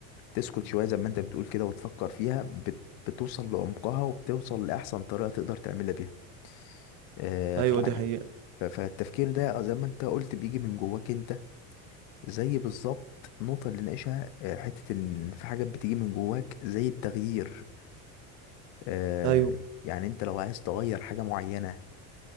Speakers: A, on the left; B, on the right.
A: تسكت شوية زي ما أنت بتقول كده وتفكر فيها بت- بتوصل لعمقها وبتوصل لأحسن طريقة تقدر تعملها بيها آه
B: أيوة
A: في الحاجة
B: دي حقيقة
A: ف- فالتفكير ده زي ما أنت قلت بيجي من جواك أنت زي بالظبط النقطة اللي ناقشها آه، حتة إن في حاجات بتيجي من جواك زي التغيير آه،
B: أيوة
A: يعني أنت لو عايز تغير حاجة معينة